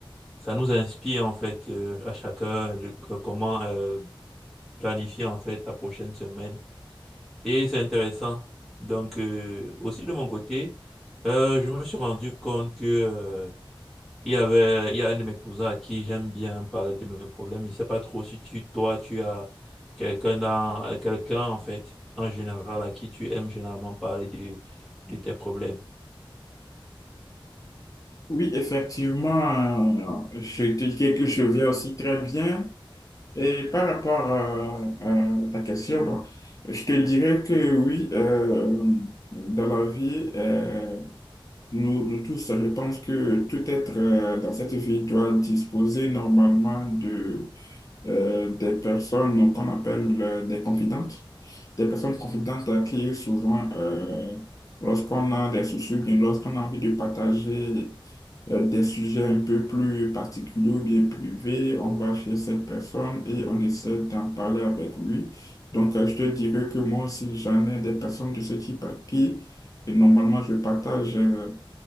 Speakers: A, in the centre; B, on the left.
A: ça nous inspire en fait euh, à chacun de, euh, comment... euh, planifier en fait la prochaine semaine. Et c'est intéressant. Donc euh, aussi de mon côté, euh, je me suis rendu compte que euh, il y avait il y a un de mes cousins à qui j'aime bien parler de mes problèmes. Je ne sais pas trop si tu toi tu as quelqu'un dans euh, quelqu'un en fait en général à qui tu aimes généralement parler de de tes problèmes.
B: Oui, effectivement, euh, je te dirais que je vais aussi très bien. Et par rapport à, à ta question, bon, je te dirais que oui, euh, dans la vie, euh, nous, nous tous, je pense que tout être euh, dans cette vie doit disposer normalement de, euh, des personnes qu'on appelle euh, des confidentes, des personnes confidentes à qui souvent, euh, lorsqu'on a des soucis, ou bien lorsqu'on a envie de partager euh, des sujets un peu plus particuliers ou bien privés, on va chez cette personne et on essaie d'en parler avec lui. Donc, euh, je te dirais que moi aussi, j'en ai des personnes de ce type à qui, et normalement, je partage euh,